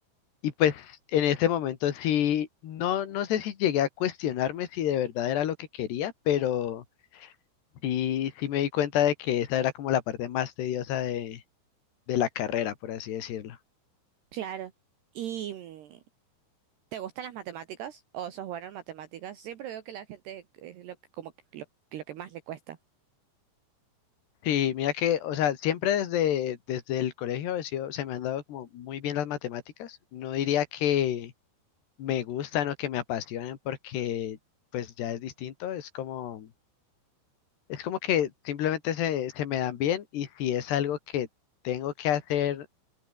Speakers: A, on the left (about 65°); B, on the right (about 65°).
A: y pues en ese momento sí, no, no sé si llegué a cuestionarme si de verdad era lo que quería, pero sí, sí me di cuenta de que esa era como la parte más tediosa de, de la carrera, por así decirlo.
B: Claro. ¿Y mm, te gustan las matemáticas? ¿O sos bueno en matemáticas? Siempre veo que la gente es lo que, como que lo, lo que más le cuesta.
A: Sí, mira que, o sea, siempre desde, desde el colegio he sido- se me han dado como muy bien las matemáticas. No diría que me gustan o que me apasionen porque pues ya es distinto, es como Es como que simplemente se, se me dan bien y si es algo que tengo que hacer